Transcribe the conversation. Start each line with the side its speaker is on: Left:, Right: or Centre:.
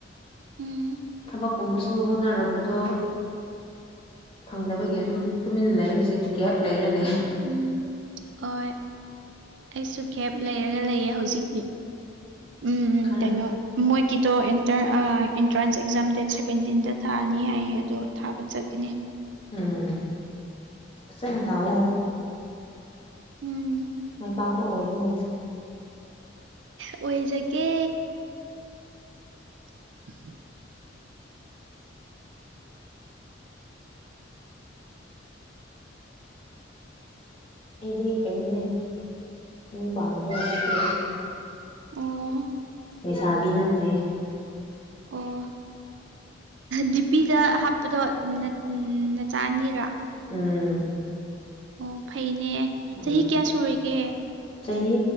Right: ꯎꯝ
Left: ꯊꯕꯛꯀꯨꯝꯕꯁꯨ ꯍꯣꯠꯅꯔꯝꯕꯗꯣ ꯐꯪꯗꯕꯒꯤ ꯑꯗꯨꯝ ꯇꯨꯃꯤꯟ ꯂꯩ ꯍꯧꯖꯤꯛ ꯒꯦꯞ ꯂꯩꯔ ꯂꯩ
Right: ꯎꯝ ꯑꯣꯏ ꯑꯩꯁꯨ ꯒꯦꯞ ꯂꯩꯔꯒ ꯂꯩꯌꯦ ꯍꯧꯖꯤꯛꯇꯤ ꯎꯝ ꯎꯝ
Left: ꯈꯔ
Right: ꯀꯩꯅꯣ ꯃꯣꯏꯒꯤꯗꯣ ꯑꯦꯟꯇꯔ ꯑ ꯑꯦꯟꯇ꯭ꯔꯥꯟꯁ ꯑꯦꯛꯖꯥꯝ ꯗꯦꯠ ꯁꯚꯦꯟꯇꯤꯟꯗ ꯊꯥꯅꯤ ꯍꯥꯏꯌꯦ ꯑꯗꯣ ꯊꯥꯕ ꯆꯠꯀꯅꯤ
Left: ꯎꯝ ꯐꯖꯟꯅ ꯊꯥꯎꯋꯣ
Right: ꯎꯝ
Left: ꯇꯛꯄꯥ ꯑꯣꯏꯌꯣ
Right: ꯑꯣꯏꯖꯒꯦ <unintelligible>
Left: ꯑꯩꯗꯤ ꯀꯩꯅꯣꯅꯦ ꯌꯨꯝ ꯄꯥꯟꯈ꯭ꯔꯦ ꯍꯧꯖꯤꯛꯇꯤ
Right: ꯑꯣ
Left: ꯂꯩꯁꯥꯕꯤ ꯅꯠꯇ꯭ꯔꯦ
Right: ꯑꯣ ꯗꯤꯄꯤꯗ ꯍꯥꯞꯄꯗꯣ ꯅꯠ ꯅꯆꯥ ꯑꯅꯤꯔꯥ
Left: ꯎꯝ
Right: ꯑꯣ ꯐꯩꯅꯦ ꯆꯍꯤ
Left: ꯎꯝ
Right: ꯀꯌꯥ ꯁꯨꯔꯒꯦ
Left: ꯆꯍꯤ